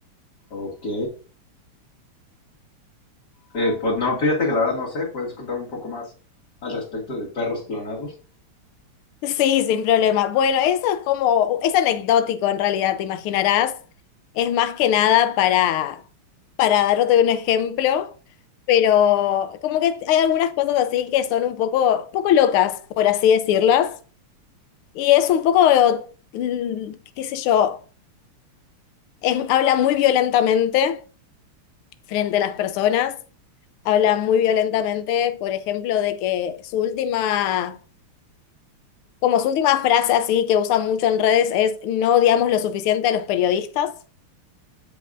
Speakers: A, on the left (about 50°); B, on the left (about 80°).
A: Ok. Eh, pues no, fíjate que la verdad no sé, puedes contar un poco más al respecto de perros clonados.
B: Sí, sin problema. Bueno, eso es como, es anecdótico en realidad, te imaginarás. Es más que nada para, para darte un ejemplo, pero como que hay algunas cosas así que son un poco, poco locas, por así decirlas. Y es un poco, mm, qué sé yo, es- habla muy violentamente frente a las personas habla muy violentamente, por ejemplo, de que su última, como su última frase así que usa mucho en redes es no odiamos lo suficiente a los periodistas.